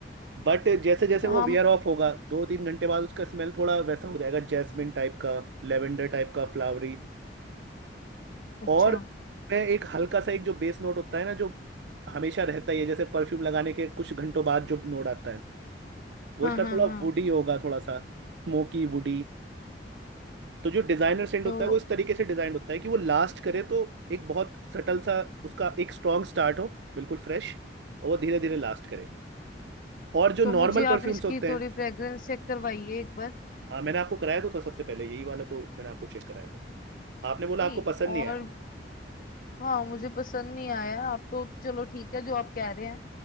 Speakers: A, on the right; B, on the left.
A: बट जैसे जैसे
B: हम
A: वो वियर ऑफ होगा दो तीन घंटे बाद उसका स्मेल थोड़ा वैसा हो जाएगा जैस्मिन टाइप का लेवेंडर टाइप का फ्लावरी
B: अच्छा
A: और मैं एक हल्का सा एक जो बेस नोट होता है ना जो हमेशा रहता ही है जैसे परफ्यूम लगाने के कुछ घंटों बाद जो नोट आता है वो
B: हाँ
A: इसका
B: हाँ
A: थोड़ा
B: हाँ
A: वुडी होगा थोड़ा सा स्मोकी वुडी तो जो डिजाइनर सेंट
B: तो
A: होता है वो इस तरीके से डिजाइन होता है कि वो लास्ट करे तो एक बहुत सटल सा उसका एक स्ट्रॉन्ग स्टार्ट हो बिल्कुल फ्रेश और वो धीरे धीरे लास्ट करे और जो
B: तो
A: नॉर्मल
B: मुझे
A: परफ्यूम्स
B: आप इसकी
A: होते हैं
B: थोड़ी फ्रेग्रेंस चेक करवाइए एक बार
A: हाँ मैंने आपको कराया तो था सबसे पहले यही वाला तो मैंने आपको चेक कराया था आपने बोला
B: नहीं
A: आपको पसंद नहीं
B: और
A: आया
B: हाँ मुझे पसंद नहीं आया आप तो चलो ठीक है जो आप कह रहे हैं